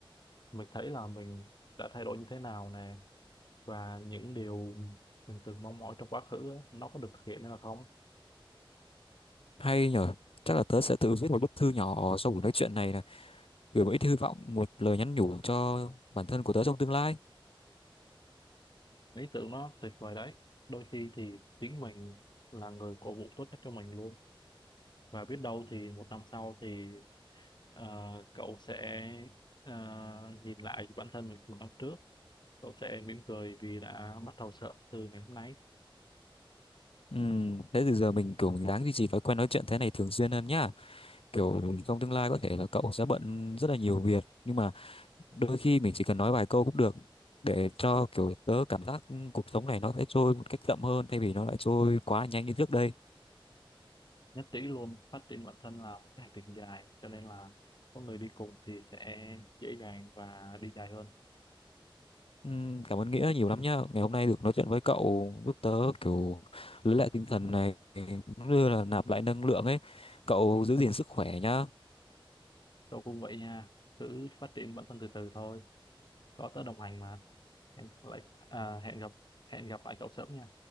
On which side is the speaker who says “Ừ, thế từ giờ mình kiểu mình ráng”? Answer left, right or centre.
Left